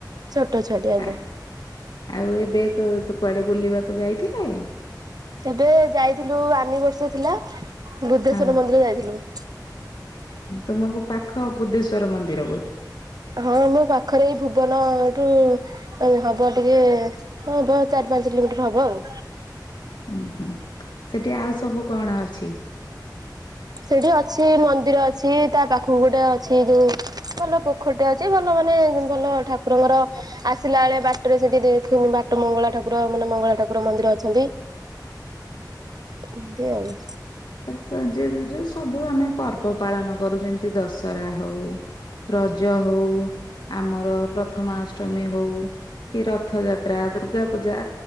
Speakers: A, on the right; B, on the left.
A: ଛୋଟ ଛୁଆଟି ଆଜ୍ଞା।
B: ଆଃ। ଆଉ, ଏବେ କୁ-କୁଆଡେ ବୁଲିବାକୁ ଯାଇଥିଲେ?
A: ଏବେ ଯାଇଥିଲୁ ଆନିବର୍ଷ ଥିଲା, ବୁଦ୍ଧେଶ୍ଵର
B: ହଁ
A: ମନ୍ଦିର ଯାଇଥିଲୁ।
B: ତୁମକୁ ପାଖ ବୁଦ୍ଧେଶ୍ଵର ମନ୍ଦିର ବହୁତ୍!
A: ହଁ, ମୋ ପାଖରେ ଏଇ ଭୁବନ-ଅ ଠୁ ଏଇ ହବ ଟିକେ, ହବ ଚାରି ପାଞ୍ଚ କିଲୋମିଟର ହବ ଆଉ।
B: ଉଁ ହୁଁ। ସେଠି ଆଉ ସବୁ କଣ ଅଛି?
A: ସେଠି ଅଛି ମନ୍ଦିର ଅଛି, ତା ପାଖକୁ ଗୋଟେ ଅଛି ଯୋଉ ଭଲ ପୋଖରୀଟିଏ ଅଛି। ଭଲ ମାନେ ଭଲ ଠାକୁରଙ୍କର ଆସିଲା ଏଳେ ବାଟରେ ସେଠି ଦେଖିନୁ ବାଟ ମଙ୍ଗଳା ଠାକୁର, ମାନେ ମଙ୍ଗଳା ଠାକୁର ମନ୍ଦିର ଅଛନ୍ତି। ଏମତି ଆଉ।
B: ଆଉ ସଞ୍ଜେଇ ଦେଇଚୁ ସବ୍ ବୁ ଆମେ ପର୍ବ ପାଳନ କରୁ, ଯେମିତି ଦଶହରା ହଉ। ରଜ ହଉ, ଆମର ପ୍ରଥମାଷ୍ଟମୀ ହଉ, କି ରଥ୍ ଥଯାତ୍ରା, ଦୁର୍ଗା ପୂଜା,